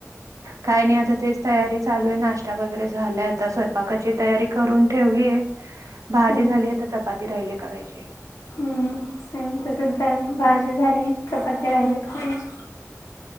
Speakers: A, on the right; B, on the left.
A: काय नाही आता तेच तयारी चालू आहे नाश्ता वगैरे झालाय आता स्वयंपाकाची तयारी करून ठेवलीय. भाजी
B: हम्म
A: झाली आहे आता चपाती राहिली करायची.
B: हम्म सेम तसच झालं भाजी झाली चपात्या राहिली करायची.